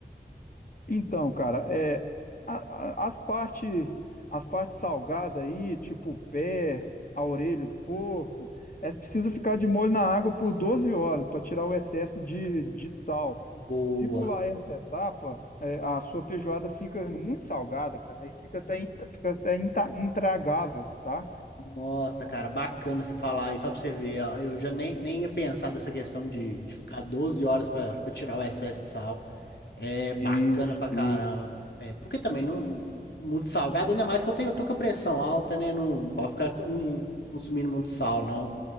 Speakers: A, on the left; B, on the left.
A: Então, cara, é, a- a- as partes as partes salgadas aí, tipo o pé, a orelha do porco, é preciso ficar de molho na água por 12 horas para tirar o excesso de, de sal.
B: Boa.
A: Se pular essa etapa, é, a sua feijoada fica muito salgada, cara, e fica até, intra- fica até inta- intragável, tá?
B: Nossa, cara, bacana você falar aí, só pra você ver. ó, Eu já nem, nem ia pensar dessa questão de, de ficar 12 horas pra pra tirar o excesso de sal. É bacana
A: Isso,
B: pra caramba.
A: isso.
B: É, porque também não muito salgado, ainda mais que eu tenho, eu tô com a pressão alta, né? Não, não pode ficar co- em- consumindo muito sal, não.